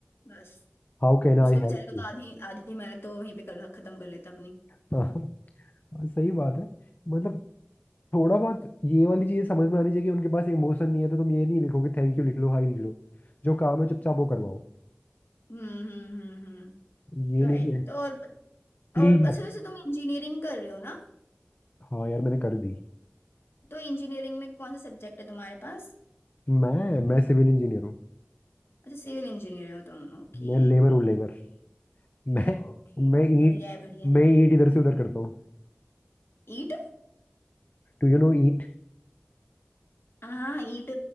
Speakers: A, on the left (about 75°); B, on the left (about 45°).
A: बस
B: how can I
A: उसको बेचारे
B: help
A: को तो
B: you
A: आधी आधी मेहनत तो वहीं पे कर खत्म कर लेता अपनी
B: हाँ सही बात है मतलब थोड़ा बहुत ये वाली चीज़ समझ में आनी चाहिए कि उनके पास इमोशन नहीं है तो तुम ये नहीं लिखोगे थैंक यू लिख लो हाई लिख लो जो काम है चुपचाप वो करवाओ
A: हम्म हम्म हम्म हम्म
B: ये
A: तो
B: नहीं
A: है ही
B: कि
A: तो और
B: प्लीज
A: और अच्छा
B: हाँ
A: वैसे तुम इंजीनियरिंग कर रहे हो ना
B: हाँ यार मैंने कर दी
A: तो इंजीनियरिंग में कौन सा सब्जेक्ट है तुम्हारे पास
B: मैं मैं सिविल इंजीनियर हूँ
A: अच्छा सिविल इंजीनियर हो तुम ओके
B: मैं लेबर हूँ लेबर <laughs> मैं
A: ओके
B: मैं
A: बढ़िया
B: ईंट
A: है बढ़िया है
B: मैं ईंट इधर से उधर करता हूँ
A: ईंट
B: टू यू नो ईंट
A: हाँ ईंट